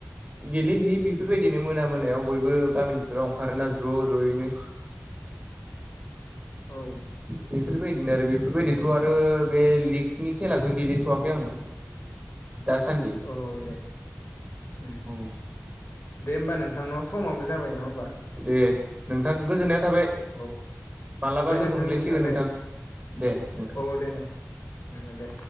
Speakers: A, on the right; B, on the left.
A: गेलेहैयो बेफोरबायदिनो मोना मोनायाव बयबो गामिफोराव ओंखारोना ज' ज'यैनो।
B: औ।
A: बेफोरबायदिनो आरो बेफोरबायदिथ' आरो बे लिगनि खेलाथ' गेलेथ'वाखै आङो। दासान्दि
B: औ दे
A: <inaudible>
B: उम
A: औ।
B: दे होमबा नोंथांनाव समाबो जाबाय नंङा होमबा?
A: दे
B: <inaudible>
A: नोंथां गोजोननाया थाबाय
B: औ।
A: मालाबा
B: गोजोन्थों
A: लोगो मोनलायसिगोन
B: नोंथां दे।
A: दे नोंथां
B: औ दे दे नंगौ दे।